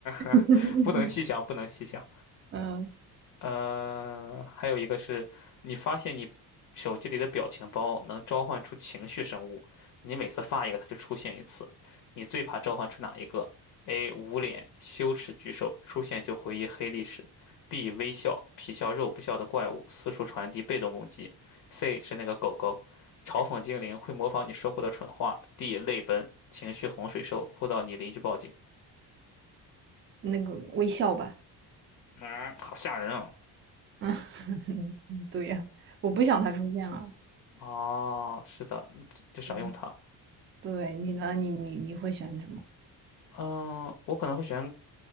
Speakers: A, on the left; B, on the right.
A: <laughs>
B: <laughs>
A: 不能细想，不能细想。
B: 嗯，
A: 呃，还有一个是，你发现你手机里的表情包能召唤出情绪生物，你每次发一个，它就出现一次。你最怕召唤出哪一个？A. 捂脸，羞耻巨兽，出现就回忆黑历史；B. 微笑，皮笑肉不笑的怪物，四处传递被动攻击；C. 是那个狗狗，嘲讽精灵会模仿你说过的蠢话；D. 泪奔，情绪洪水兽，哭到你邻居报警。
B: 那个微笑吧。
A: 嗯，好吓人啊！
B: 嗯，<laughs> 对呀，我不想他出现了。
A: 哦，是的，嗯就少用它。
B: 对，对你呢？你你你会选什么？
A: 嗯，我可能会选